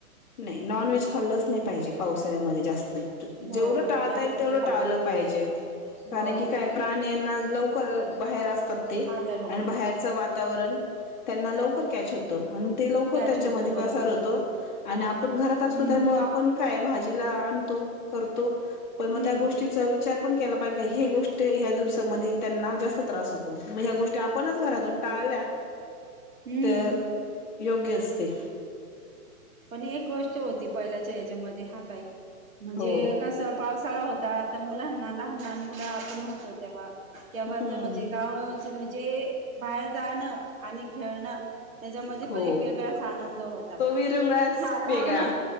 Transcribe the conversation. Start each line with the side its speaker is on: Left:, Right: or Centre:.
Left: नाही नॉन व्हेज खाल्लच नाही पाहिजे, पावसाळ्यामध्ये जास्त
Right: हो
Left: जेवढं टाळता
Right: जास्त
Left: येईल,
Right: नाही
Left: तेवढं
Right: खाल
Left: टाळलं पाहिजे. कारण
Right: हो
Left: की काय, प्राण्यानां लवकर बाहेर असतात. अन
Right: आजार होतो
Left: बाहेरच वातावरण त्यांना लवकर कॅच होत. ते लवकर
Right: कॅच
Left: त्यांच्या
Right: होतो
Left: म
Right: बरोबर.
Left: पसार होत आणि आपण घरात असतो
Right: हम्म
Left: त्या पण काय भाजीला आणतो करतो पण
Right: हम्म
Left: मग त्या गोष्टीचा. उचार पण केला पाहिजे का हे गोष्ट या दिवसामध्ये त्यांना जास्त त्रास होतो. मग ह्या गोष्टी आपणच घरातून टाळल्या
Right: हम्म
Left: तर योग्य असते.
Right: पण एक गोष्ट होती पहिल्याच्या हच्यामध्ये हा ताई, म्हणजे
Left: हो
Right: कसं पावसाळा होता, आता मुलांना लहान लहान आपण होतो तेव्हा तेव्हाच
Left: हम्म
Right: म्हणजे गा. म्हणजे बाहेर जाणं, आणि खेळणं, त्याच्यामध्ये
Left: हो
Right: पण एक वेगळाच आनंद होता.
Left: तो विरंगुळाच
Right: आता
Left: वेगळा
Right: पण